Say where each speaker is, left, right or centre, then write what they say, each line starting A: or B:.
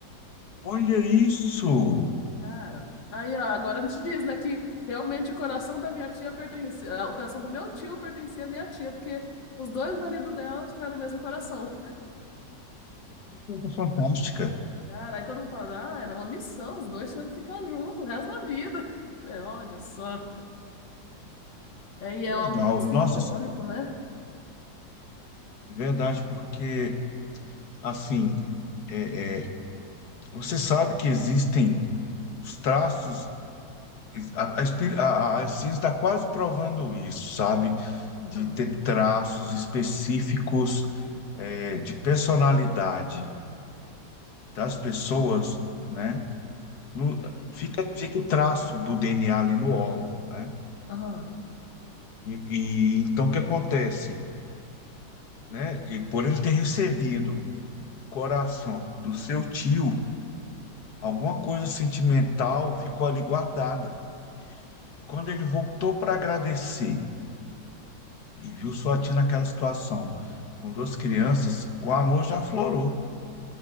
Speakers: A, on the left (about 60°); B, on the left (about 75°).
A: Olha isso!
B: Cara, aí ó, agora a gente diz, né, que realmente o coração da minha tia pertencia, ah, o coração do meu tio pertencia à minha tia, porque os dois maridos dela tiveram o mesmo coração.
A: Que coisa fantástica!
B: Cara, aí todo mundo fala, ah, era uma missão, os dois tinham que ficar juntos o resto da vida. <laughs> É, olha só. É, e
A: Que
B: é algo
A: legal!
B: muito simbólico,
A: Nossa, isso
B: né?
A: é verdade, porque, assim, é, é, você sabe que existem os traços, a, a, espir- a- a a ciência está quase provando isso, sabe?
B: Aham,
A: De ter traços específicos, é, de personalidade. das pessoas, né? No- fica, fica o traço do DNA ali no órgão, né?
B: aham,
A: E, e então o que acontece, né? E por ele ter recebido o coração do seu tio, alguma coisa sentimental ficou ali guardada. E quando ele voltou para agradecer e viu sua tia naquela situação com duas crianças, o amor já aflorou,